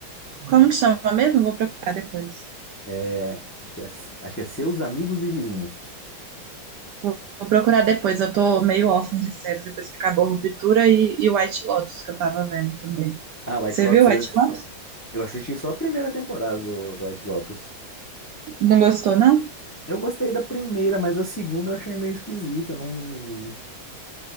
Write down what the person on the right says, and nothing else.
Como que chama mesmo? Vou procurar depois.
Vou vou procurar depois, eu tô meio órfã de séries depois que acabou Ruptura e, e White Lotus, que eu tava vendo também.
Você
viu White Lotus?
Não gostou, não?